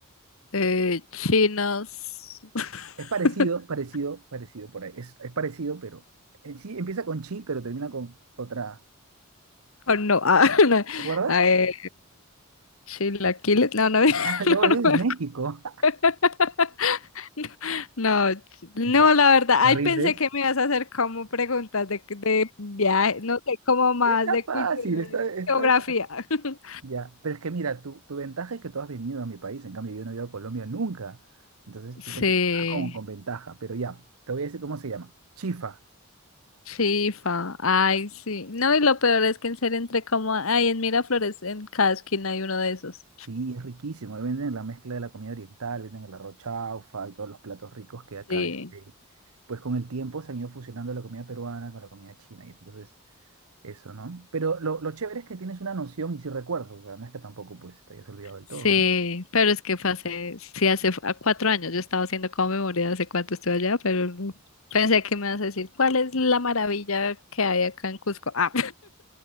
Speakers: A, on the left (about 65°); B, on the right (about 75°).
A: Eh, chinos. <laughs>
B: Es parecido, parecido, parecido por ahí. Es, es parecido, pero en sí empieza con chi, pero termina con otra.
A: Oh, no, ah, <laughs> no.
B: ¿Te acuerdas?
A: Ah, eh, chilaquiles. No, no, <laughs> no, no
B: <laughs> No, es
A: me acuerdo.
B: de México. <laughs>
A: <laughs> No, no,
B: Ya,
A: la verdad,
B: ¿te
A: ay,
B: rindes?
A: pensé que me ibas a hacer como preguntas de, de viaje, no sé, como más
B: Pero está
A: de
B: fácil,
A: cultura, de
B: está, está...
A: geografía.
B: fa-
A: <laughs>
B: Ya, pero es que mira, tu, tu ventaja es que tú has venido a mi país, en cambio yo no he ido a Colombia nunca. Entonces
A: Sí,
B: yo pensé que estaba como con ventaja, pero ya, te voy a decir cómo se llama. Chifa.
A: sí, fa, ay, sí. No, y lo peor es que en serio entré como, ay, en Miraflores, en cada esquina hay uno de esos.
B: Sí, es riquísimo. Ahí venden la mezcla de la comida oriental, venden el arroz chaufa y todos los platos ricos que acá,
A: Sí,
B: este, pues con el tiempo se han ido fusionando la comida peruana con la comida china y entonces eso, ¿no? Pero lo, lo chévere es que tienes una noción y si recuerdas, o sea, no es que tampoco pues te hayas olvidado del
A: sí,
B: todo, ¿no?
A: pero es que fue hace, sí, hace fu- a cuatro años, yo estaba haciendo como memoria de hace cuánto estuve allá, pero no. Pensé que me ibas a decir, ¿cuál es la maravilla que hay acá en Cusco? Ah.